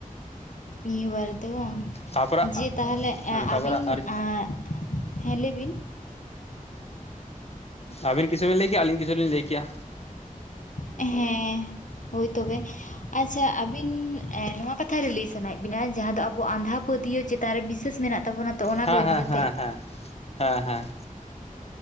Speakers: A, on the left; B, on the left.
A: ᱱᱤᱭᱟᱹ ᱵᱟᱨᱮᱛᱮ ᱵᱟᱝ᱾
B: ᱛᱟᱯᱚᱨᱮ
A: ᱡᱮ ᱛᱟᱦᱞᱮ
B: ᱦᱮᱸ
A: ᱮ
B: ᱛᱟᱯᱚᱨᱮ
A: ᱟᱹᱵᱤᱱ
B: ᱟᱨ
A: ᱟᱸᱜ ᱦᱮᱸ ᱞᱟᱹᱭ ᱵᱤᱱ᱾
B: ᱟᱵᱤᱱ ᱠᱤᱷᱩ ᱵᱤᱱ ᱞᱟᱹᱭ ᱠᱮᱭᱟ, ᱟᱹᱞᱤᱧ ᱠᱤᱷᱩ ᱞᱤᱧ ᱞᱟᱹᱭ ᱠᱮᱭᱟ᱾
A: ᱦᱮᱸ᱾ ᱦᱳᱭ ᱛᱚᱵᱮ᱾ ᱟᱪᱪᱷᱟ ᱟᱵᱤᱱ ᱮ ᱱᱚᱣᱟ ᱠᱟᱛᱷᱟ ᱨᱮ ᱞᱟᱹᱭ ᱥᱟᱱᱟᱭᱮᱫ ᱵᱤᱱᱟ ᱡᱟᱦᱟᱸ ᱫᱚ ᱟᱵᱚ ᱟᱸᱫᱷᱟ ᱯᱟᱹᱛᱭᱟᱹ ᱪᱮᱛᱟᱱ ᱨᱮ ᱵᱤᱥᱟᱹᱥ ᱢᱮᱱᱟᱜ ᱛᱟᱵᱚᱱᱟ᱾ ᱛᱚ ᱚᱱᱟ
B: ᱦᱮᱸ
A: ᱠᱚ ᱤᱫᱤ
B: ᱦᱮᱸ
A: ᱠᱟᱛᱮᱜ?
B: ᱦᱮᱸ ᱦᱮᱸ ᱦᱮᱸ ᱦᱮᱸ᱾